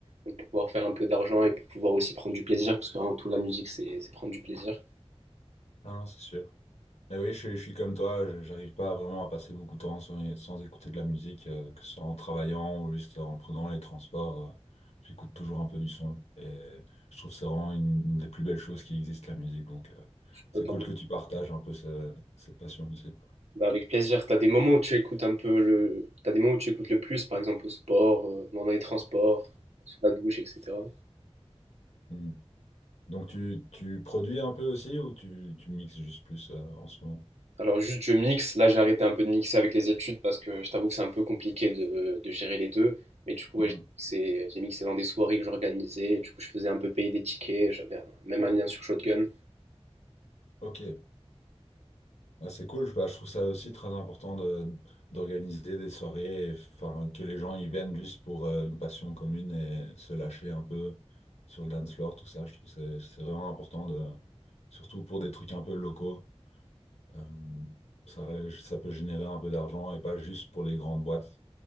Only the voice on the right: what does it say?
donc pour pouvoir faire un peu d'argent et pour pouvoir aussi prendre du plaisir parce qu'avant tout, la musique, c'est c'est prendre du plaisir.
Totalement.
Bah, avec plaisir. T'as des moments où tu écoutes un peu le, t'as des moments où tu écoutes le plus, par exemple au sport, euh, dans les transports, sous la douche, etc.
Alors juste je mixe, là j'ai arrêté un peu de mixer avec les études parce que je t'avoue que c'est un peu compliqué de, de gérer les deux. Mais du coup
ouais, j'ai mixé, j'ai mixé dans des soirées que j'organisais, du coup je faisais un peu payer des tickets, j'avais un- même un lien sur Shotgun.